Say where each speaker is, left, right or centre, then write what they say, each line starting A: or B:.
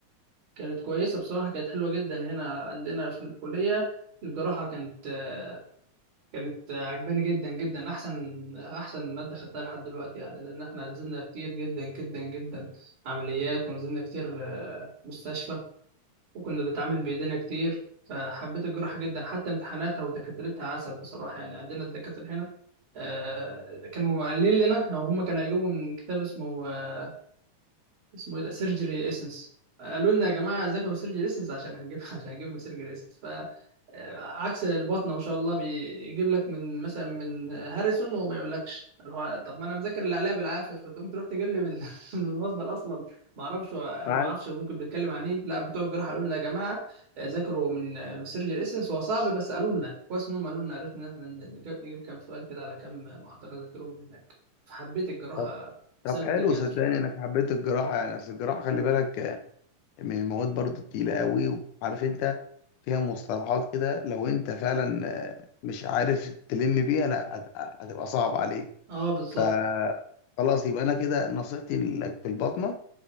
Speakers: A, on the right; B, on the left.
A: كانت كويسة بصراحة كانت حلوة جدا هنا عندنا في الكلية الجراحة كانت آه، كانت آه، عجباني جدا جدا احسن احسن مادة خدتها لحد دلوقتي يعني لان احنا نزلنا كتير جدا جدا جدا عمليات ونزلنا كتير آه، مستشفى وكنا بنتعامل بايدينا كتير فحبيت الجراحه جدا حتى امتحاناتها ودكاترتها عسل بصراحه يعني عندنا الدكاتره هنا آه، كانوا قايلين لنا يعني هم كانوا هيجيبوا من كتاب اسمه آه، اسمه ايه ده سيرجري اسنس قالوا لنا يا جماعه ذاكروا سيرجري اسنس عشان هنجيب <laughs> عشان هنجيب من سيرجري اسنس ف آه، عكس البطنه ما شاء الله بيجيب لك من مثلا من هاريسون وما يقولكش اللي هو طب ما انا مذاكر اللي عليا بالعافيه فتقوم تروح تجيب لي من <laughs> من المصدر اصلا ما اعرفش انا
B: مع
A: ما اعرفش ممكن بيتكلم عن ايه لا بتوع الجراحه قالوا لنا يا جماعه آه، ذاكروا من آه، من سيرجري اسنس هو صعب بس قالوا لنا كويس ان هم قالوا لنا عرفنا ان احنا نجيب نجيب كام سؤال كده على كام محاضره نذاكرهم من هناك فحبيت الجراحه
B: طب
A: بسبب
B: طب حلو
A: الدكاتره
B: صدقني انك حبيت الجراحه يعني اصل الجراحه خلي بالك آه، من المواد برضو التقيله قوي وعارف انت فيها مصطلحات كده لو انت فعلا آه، مش عارف تلم بيها لا هت- هتبقى صعب عليك
A: اه بالظبط
B: ف خلاص يبقى انا كده نصيحتي لك في البطنه